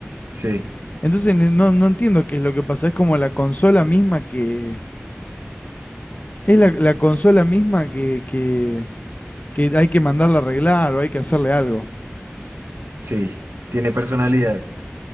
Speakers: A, on the right; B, on the left.
A: Sí.
B: Entonces ne- no, no entiendo qué es lo que pasa. Es como la consola misma que. Es la, la consola misma que, que, que hay que mandarla a arreglar o hay que hacerle algo.
A: Sí, tiene personalidad.